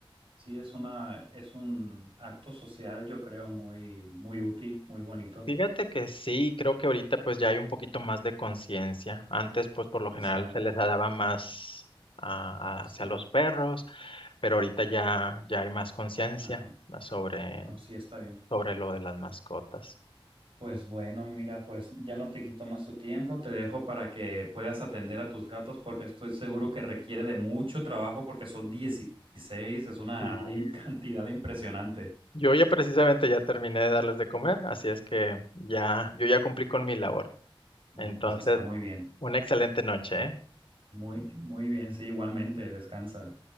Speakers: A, on the right; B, on the left.
A: Sí, es una, es un acto social, yo creo, muy, muy útil, muy bonito.
B: Fíjate que sí, creo que ahorita pues ya hay un poquito más de conciencia. Antes pues por lo
A: Exacto.
B: general se les daba más a-
A: Sí.
B: a- hacia los perros, pero ahorita ya, ya hay más conciencia
A: Ajá.
B: sobre,
A: No, sí, está bien.
B: sobre lo de las mascotas.
A: Pues bueno, mira, pues ya no te quito más tu tiempo, te dejo para que puedas atender a tus gatos porque estoy seguro que requiere de mucho trabajo porque son 16, es una
B: Y
A: im- <laughs> cantidad impresionante.
B: yo ya precisamente ya terminé de darles de comer, así es que ya, yo ya cumplí con mi labor.
A: No,
B: Entonces,
A: pues está muy bien,
B: una excelente noche, ¿eh?
A: muy, muy bien, sí, igualmente, descansa.